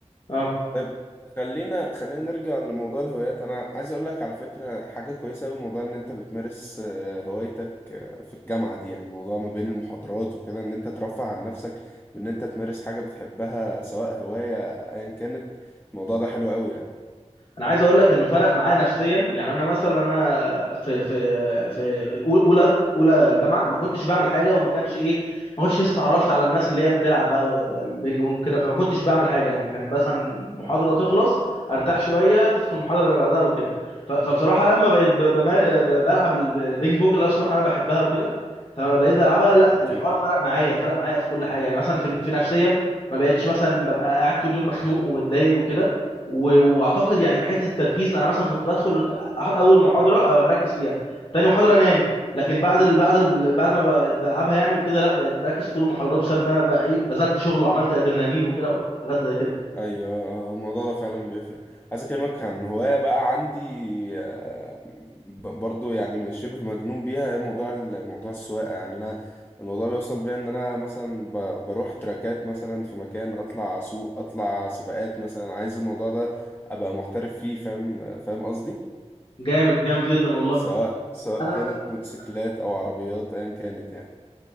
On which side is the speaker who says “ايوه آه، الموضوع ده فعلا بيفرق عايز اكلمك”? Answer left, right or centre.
Left